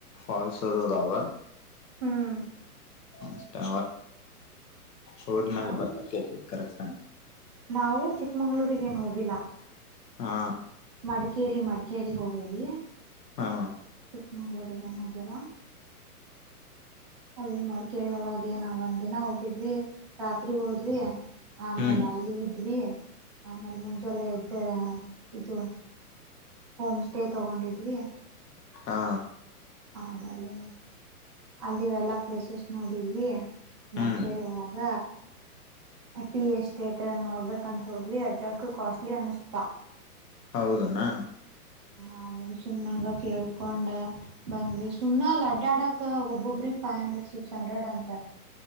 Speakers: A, on the left (about 85°); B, on the right (about 20°).
A: ಫಾಲ್ಸ್ ಅದಾವ
B: ಹ್ಮ್
A: ಅಷ್ಟೆ ಹೋದ್ಮೇಲೆ
B: ನಾವು
A: ಗೊತ್ತಾತಿ ಕರೆಕ್ಟ್ಟ
B: ನಾವು ಚಿಕ್ಮಂಗ್ಳೂಗೇನು ಹೋಗಿಲ್ಲ
A: ಹಾ
B: ಮಡಿಕೇರಿ ಮಿಕ ಕೇರಿಗೆ ಹೋಗೇವಿ
A: ಹಾ
B: ಚಿಕ್ಕಮಂಗ್ಳೂರಿಗೆೇನು ಹೋಗ್ಯರ ಅಲ್ಲಿ ಮಡಿಕೇರಿ ಒಳಗೆ ಏ ನ ಒಂದಿನ ಹೋಗಿದ್ವಿ ರಾತ್ರಿ ಹೋದ್ವಿ ಆಮೇಲೆ
A: ಹ್ಮ್
B: ಅಲ್ಲಿ ಇದ್ವಿ ಆಮೇಲೆ ಮುಂಜಳೆ ಇದ್ದ ಇದು ಹೋಮ್ ಸ್ಟೇ ತಗೊಂಡಿದ್ವಿ
A: ಹಾ
B: ಆಮೇಲೆ ಅಲ್ಲಿವೆಲ್ಲಾ ಪ್ಲೇಸಸ್ ನೋಡಿದ್ವಿ
A: ಹ್ಮ್
B: ಮಡಿಕೇರಿ ಒಳಗ ಅಟಿ ಎಸ್ಟೇಟ್ ನೋಡ್ಬೇಕಂತ ಹೋದ್ರಿ ಅಜಗ್ ಕಾಸ್ಟ್ಲಿ ಅನಸ್ಪಾ
A: ಹೌದನಾ
B: ಆಮೇಲೆ ಸುಮ್ನಂಗ ಕೇಳ್ಕೊಂಡ್ ಬಂದ್ವಿ ಸುಮ್ ಲಡ್ಡಾ ಆಡಕ್ ಒಬ್ಬೊಬ್ರಿಗೆ ಪೈನ್ ಹಂಡ್ರೆಡ್ ಸಿಕ್ಸ್ ಹಂಡ್ರೆಡ್ ಅಂತ